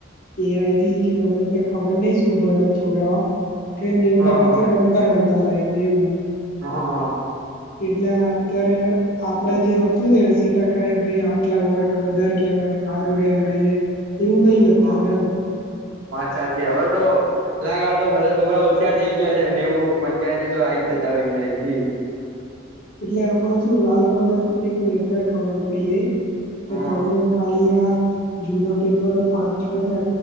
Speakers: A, on the left; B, on the right.
A: છે એ આઈ થી કે ગમે તે ખબર નઈ શું ભણત છોકરાઓ કે નેવું
B: હા
A: ટકા
B: હા
A: તો રમતા રમતા લાઈદે એવું
B: હા હા
A: એટલે અત્યારે આપ પડે જે હતું ને એસી ટકા એ ભઈ આટલા માર્ક વધારે કહેવાય હારો રેન્ક આઈ જાય એવું નહિ અત્યારે
B: હા
A: એમ
B: વાત સાચી હવે તો લાગે તો બધા છોકરા હોશિયાર થઇ ગયા છે નેવું પાંચ્યાસી તો આઈ જતા હોય એમને જી
A: એટલે આમાં શું આ લોકોને એક મેથડ ખબર પડી ગઈ કે
B: હા
A: તમે ખાલી આ જુના પેપરો પાંચ છો છે